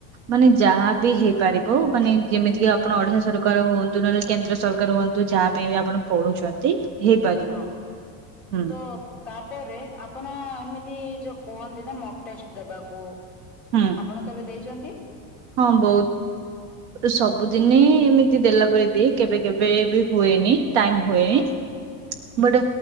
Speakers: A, on the right (about 55°); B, in the centre.
A: ମାନେ ଯାହା ବି ହେବ୍ ପାରିବୁ ମାନେ ଯେମିତିକି ଆପଣ ଓଡିଶା ସରକାର ହୁଅନ୍ତୁ ନହେଲେ କେନ୍ଦ୍ର ସରକାର ହୁଅନ୍ତୁ ଯାହା ପାଇଁ ବି ଆପଣ ପଢୁଛନ୍ତି। ହେଇପାରିବ
B: ହଁ
A: ହୁଁ
B: ତ ତାପରେ ଆପଣ ଏମିତି ଯୋଉ କୁହନ୍ତି ନା ମକ୍ ଟେଷ୍ଟ ଦେବାକୁ
A: ହୁଁ।
B: ଆପଣ କେବେ ଦେଇଛନ୍ତି?
A: ହଁ ବହୁତ ସବୁଦିନେ ଏମିତି ଦେଲା ପରେ ଦିଏ କେବେ କେବେ ବି ହୁଏନି ଟାଇମ ହୁଏନି
B: ହଁ
A: ବଡ